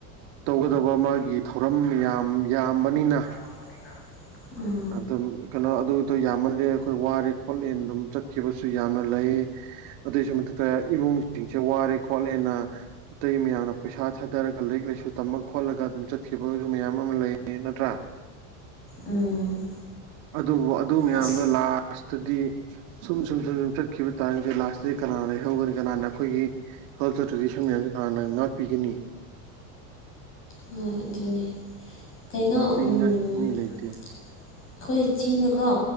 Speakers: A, on the right; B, on the left.
A: ꯇꯧꯒꯗꯕ ꯃꯥꯒꯤ ꯊꯧꯔꯝ ꯌꯥꯝ ꯌꯥꯝꯕꯅꯤꯅ
B: ꯊꯝꯕꯅꯤꯅ ꯎꯝ
A: ꯑꯗꯨꯝ ꯀꯩꯅꯣ ꯑꯗꯨꯒꯤꯗꯣ ꯌꯥꯝꯃꯜꯂꯦ ꯑꯩꯈꯣꯏ ꯋꯥꯔꯦ ꯈꯣꯠꯂꯦ ꯑꯗꯨꯝ ꯆꯠꯈꯤꯕꯁꯨ ꯌꯥꯝꯅ ꯂꯩ ꯑꯗꯨꯏꯁꯨ ꯃꯊꯛꯇ ꯏꯃꯨꯡꯁꯤꯡꯁꯦ ꯋꯥꯔꯦ ꯈꯣꯠꯂꯦꯅ ꯑꯇꯩ ꯃꯌꯥꯝꯅ ꯄꯩꯁꯥ ꯊꯥꯗꯔꯒ ꯂꯥꯏꯔꯤꯛ ꯂꯥꯏꯁꯨ ꯇꯝꯃ ꯈꯣꯠꯂꯒ ꯑꯗꯨꯝ ꯆꯠꯈꯤꯕꯒꯁꯨ ꯃꯌꯥꯝ ꯑꯃ ꯂꯩꯌꯦ ꯅꯠꯇ꯭ꯔꯥ
B: ꯎꯝ
A: ꯑꯗꯨꯕꯨ ꯑꯗꯨ ꯃꯌꯥꯝꯗꯣ
B: ꯑꯁ
A: ꯂꯥꯁꯇꯗꯤ ꯁꯨꯝ ꯁꯨꯝ ꯁꯨꯝ ꯁꯨꯝ ꯆꯠꯈꯤꯕ ꯇꯥꯔꯒꯗꯤ ꯂꯥꯁꯇ ꯀꯅꯥꯅ ꯂꯩꯍꯧꯒꯅꯤ ꯀꯅꯥꯅ ꯑꯩꯈꯣꯏꯒꯤ ꯀꯜꯆꯔ ꯇ꯭ꯔꯦꯗꯤꯁꯟ ꯃꯌꯥꯝꯁ ꯀꯅꯥꯅ ꯉꯥꯛꯄꯤꯒꯅꯤ
B: ꯍꯣꯏ ꯑꯗꯨꯅꯦ ꯀꯩꯅꯣ
A: ꯉꯥꯛꯄꯤꯅꯤꯉꯥꯏ
B: ꯎꯝ ꯑꯩꯈꯣꯏ
A: ꯃꯤ ꯂꯩꯇꯦ
B: ꯆꯤꯡꯗꯀꯣ